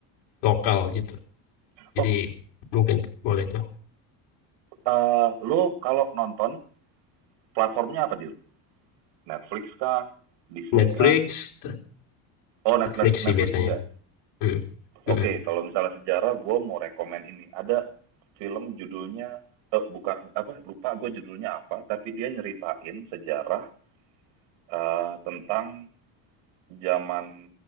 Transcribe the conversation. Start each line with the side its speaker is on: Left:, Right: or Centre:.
Left: lokal gitu. Jadi
Right: Oh,
Left: mungkin boleh tuh.
Right: eh, lu kalau nonton platformnya apa, Dil? Netflix kah? Disney
Left: Netflix,
Right: kah? Oh Netflix
Left: Netflix
Right: Netflix
Left: sih biasanya.
Right: juga.
Left: Hmm. Mm-mm.
Right: Oke, kalau misalnya sejarah, gue mau rekomen ini. Ada film judulnya eh, bukan apa lupa gue judulnya apa, tapi dia nyeritain sejarah eh, tentang zaman